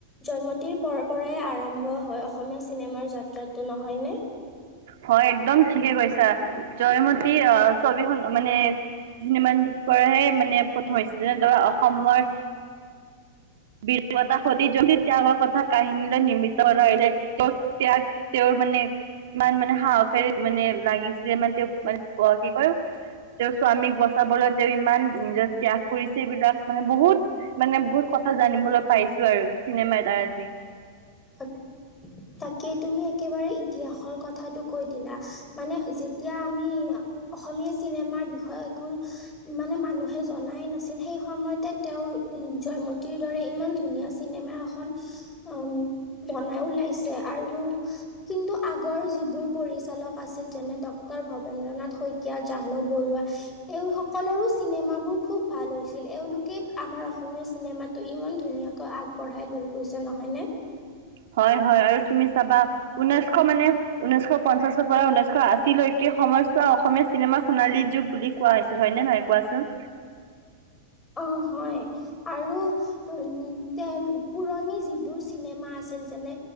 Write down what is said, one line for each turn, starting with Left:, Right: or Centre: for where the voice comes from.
Left: জয়মতীৰ পৰাই আৰম্ভ হয়, অসমীয়া চিনেমাৰ যাত্ৰাটো নহয়নে?
Right: হয়, একদম ঠিকেই কৈছা জয়মতী <unintelligible> ছবিখন, মানে <unintelligible> পৰাহে মানে প্ৰথম হৈছে, যেনে ধৰা অসমৰ বীৰতা <unintelligible> সতী জয়মতী ত্যাগৰ কথা কাহিনীলৈ নিৰ্মিত কৰা হৈছে। <unintelligible> ত্যাগ, তেওঁৰ মানে ইমান মানে সাহসেৰে মানে লাগিছিল, মানে তেওঁ মা <unintelligible> কি কয় তেওঁ স্বামীক বচাবলৈ তেওঁ ইমান নিজৰ ত্যাগ কৰিছে, এইবিলাক মানে বহুত মানে বহুত কথা জানিবলৈ পাইছোঁ আৰু চিনেমা এটাৰ দি।
Left: <unintelligible> তাকেই তুমি একেবাৰে ইতিহাসৰ কথাটো কৈ দিলা, মানে যেতিয়া আমি অসমীয়া চিনেমাৰ বিষয়ে একো ইমানে মানুহে জনাই নাছিল সেই সময়তে তেওঁৰ জয়মতীৰ দৰে ইমান ধুনীয়া চিনেমা এখন বনাই ওলাইছে। আৰু কিন্তু আগৰ যিবোৰ পৰিচালক আছিল, যেনে ডক্টৰ ভবেন্দ্ৰনাাথ শইকীয়া, জাহ্নু বৰুৱা এওঁ সকলৰোঁ চিনেমাবোৰ খুব ভাল হৈছিল। এওঁলোকেই আমাৰ অসমীয়া চিনেমাত ত' ইমান ধুনীয়াকৈ আগবঢ়াই লৈ গৈছে নহয়নে?
Right: হয়, হয় আৰু তুমি চাবা ঊনৈছশ মানে ঊনৈশ পঞ্চাশৰ পৰা ঊনৈছশ আশীলৈকে সময়ছোৱা, অসমীয়া চিনেমা সোণালী যুগ বুলি কোৱা হৈছিল, হয়নে নহয় কোৱাচোন?
Left: অ' হয়। আৰু উম তে পুৰণি যিবোৰ চিনেমা আছিল যেনে